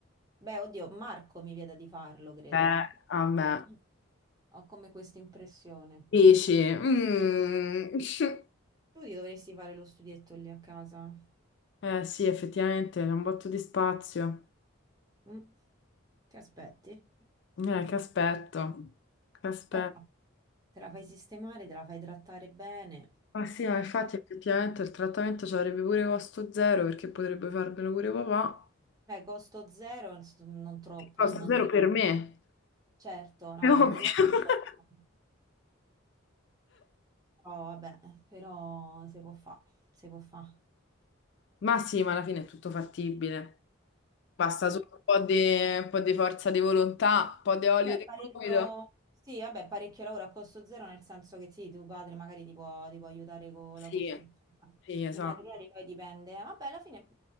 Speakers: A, on the right; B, on the left.
A: beh, oddio, Marco mi vieta di farlo, credo.
B: Beh, vabbè.
A: Non so. Ho come questa impressione.
B: Dici, mm. <laughs>
A: Tu ti dovresti fare lo studietto lì a casa?
B: Eh sì, effettivamente c'è un botto di spazio.
A: Mm. Che aspetti?
B: Eh, che aspetto, che aspetto.
A: Poi te la te la fai sistemare, te la fai trattare bene.
B: Ma sì, ma infatti effettivamente il trattamento ci avrebbe pure costo zero perché potrebbe farmelo pure papà.
A: Beh, costo zero, ins- non troppo,
B: Che costo
A: ai materiali.
B: zero per me,
A: Certo, no,
B: è
A: i
B: ovvio.
A: materiali costano.
B: <laughs>
A: Però, vabbè, però si può fare, si può fare.
B: Ma sì, ma alla fine è tutto fattibile. Basta solo un po' di, un po' di forza di volontà, un po' di olio
A: Beh,
B: di
A: parecchio,
B: gomito.
A: sì, vabbè, parecchio lavoro a costo zero, nel senso che sì, tuo padre magari ti può, ti può aiutare con
B: Sì,
A: la costruzione.
B: sì, esatto.
A: I materiali poi dipende. Vabbè, alla fine,